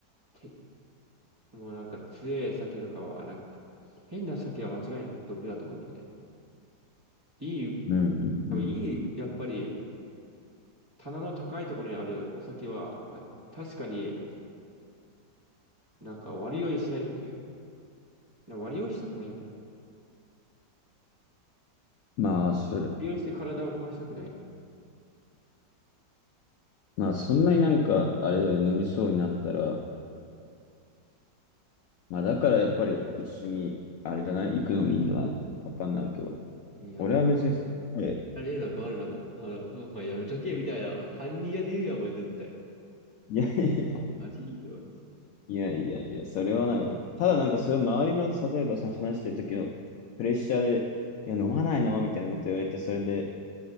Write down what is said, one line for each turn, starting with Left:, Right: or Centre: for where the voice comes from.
Right: てもうなんか強い酒とかはなんか、変な酒は間違いなく毒だと思うんだよね。いい、
Left: うんうんうん。
Right: いい、やっぱり、棚の高いところにあるお酒は、まあ、確かになんか割り酔いしないっていう。な割り酔いしたくないんだよね。
Left: まあ、それ、
Right: 割り酔いして体を壊したくない。
Left: まあ、そんなになんか、あれだよね、飲みそうになったら、まあ、だからやっぱり一緒に、あれじゃない行くのもいいんじゃないわかんないけど。
Right: いや、
Left: 俺は別に、
Right: お前、
Left: え
Right: あれるのか、あるのか、あ、お前やめとけ、みたいな。犯人やで言うよ、お前絶対。
Left: いやいや
Right: あいいよ、って。
Left: いやいやいや、それはないわ。ただなんかそれを周りの、例えばその話してる時のプレッシャーで、いや、飲まないのみたいなこと言われて、それで、